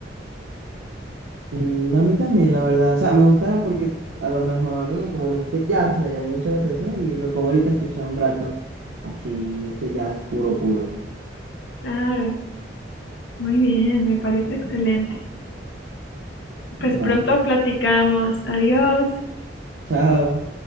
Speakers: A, on the right; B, on the left.
A: Mm, A mí también, la verdad. O sea, me gusta porque a lo mejor, eh, como me dijiste jazz, me llamó mucho la atención y me pongo ahorita a escuchar un rato así, ese jazz puro, puro.
B: Claro, muy bien, me parece excelente. Pues pronto
A: Baje.
B: platicamos. Adiós.
A: Chao.